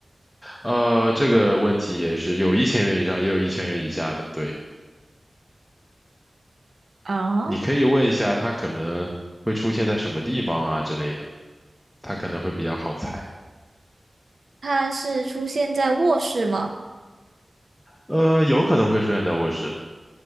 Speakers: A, in the centre; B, on the right (about 75°).
A: 呃，这个问题也是有一千元以上，也有一千元以下的。对，
B: 啊？
A: 你可以问一下它可能会出现在什么地方啊之类的，它可能会比较好猜。
B: 它是出现在卧室吗？
A: 呃，有可能会出现在卧室，